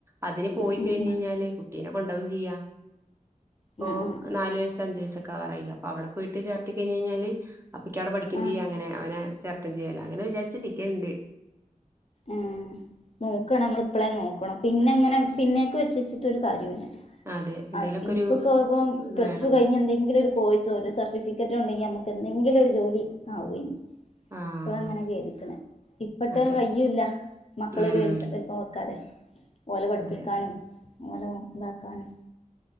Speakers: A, on the right; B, on the left.
A: അതിന് പോയി
B: ഇങ്ങനെ
A: കഴിഞ് കഴിഞ്ഞല് കു കുട്ടീനെ കൊണ്ടകും ചെയ്യാം ഇപ്പൊ
B: ആ ആ
A: നാല് വയസ് അഞ്ചു വയസൊക്കെ ആവാറായില്ലേ അപ്പൊ അവിടെ പോയിട്ട് ചേർത്തി കഴിഞ് കഴിഞ്ഞാല് അപ്പൊ അവിടെ പഠിക്കും
B: ആ ആ
A: ചെയ്യുക അങ്ങനെ അവനെ ചെയ്യാല അങ്ങനെ വിചാരിച്ചിരിക്കുണ്ട്
B: ആഹ് നോക്കണ നമ്മൾ ഇപ്പളെ നോക്കണം പിന്നെ എങ്ങനെ പിന്നേക്ക് വെച്ചച്ചിട്ടൊരു കാര്യവുമില്ല
A: അതെ എന്തേലൊക്കെ
B: അത് ഇൻക്കൊക്കപ്പം
A: ഒരു ഇത്
B: പ്ലസ്
A: വേണം
B: ടു കയിഞ്ഞ് എന്തെങ്കിലും ഒരു കോഴ്സോ ഒരു സർട്ടിഫിക്കറ്റോ ഉണ്ടെങ്കി നമുക്ക് എന്തെങ്കിലും ഒരു ജോലി ആവുയേന്ന്
A: ആഹ്
B: ഇപ്പളാ ഇങ്ങനെ ഖേദിക്ക്ണ് ഇപ്പട്ട്
A: അതെ
B: കയ്യുംല്ല മക്കളൊരു
A: ഉം
B: വൽ താ വൽ നോക്കാതെ ഓലെ പഠിപ്പിക്കാനും
A: അതെ
B: ഓലെ നോ ഇതാക്കാനും